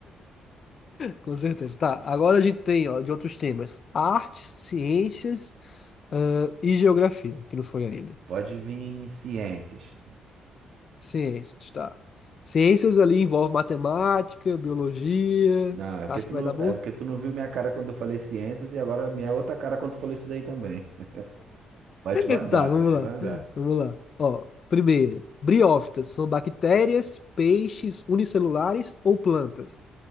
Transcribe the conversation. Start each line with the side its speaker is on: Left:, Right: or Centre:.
Left: Com certeza. Tá. Agora a gente tem, ó, de outros temas: artes, ciências. Ah, e geografia, que não foi ainda.
Right: Pode vir em ciências.
Left: Ciências, tá. Ciências ali envolve matemática, biologia.
Right: Não, é porque
Left: Acho
Right: tu
Left: que
Right: não,
Left: vai dar bom?
Right: é porque tu não viu minha cara quando eu falei ciências e agora minha outra cara quando tu falou isso daí também. <laughs> Pode
Left: <laughs>
Right: mandar,
Left: Tá, vamos
Right: pode
Left: lá.
Right: mandar.
Left: Vamos lá. Ó, primeira. Briófitas são bactérias, peixes unicelulares ou plantas?